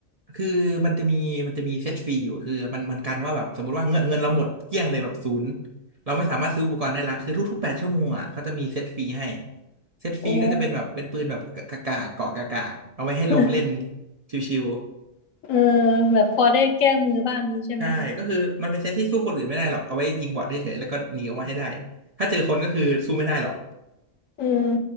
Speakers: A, on the right; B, on the left.
A: คือมันจะมีมันจะมีเซตฟรีอยู่คือมันมันกันว่าแบบสมมติว่าเงินเงินเราหมดเกลี้ยงเลยแบบศูนย์เราไม่สามารถซื้ออุปกรณ์ได้ละคือทุกๆแปดชั่วโมงอ่ะเขาจะมีเซตฟรีให้เซตฟรีก็จะเป็นแบบเป็นปืนแบบกากาเกาะกากาเอาไว้ให้ลงเล่น
B: โอ้ <laughs>
A: ชิว
B: เออแบบพอได้แก้มือบ้างนี้ใช่ไหม
A: ๆใช่ก็คือมันเป็นเซตที่สู้คนอื่นไม่ได้หรอกเอาไว้ยิงบอทเฉยๆแล้วก็หนีออกมาให้ได้ถ้าเจอคนก็คือสู้ไม่ได้หรอก
B: เออ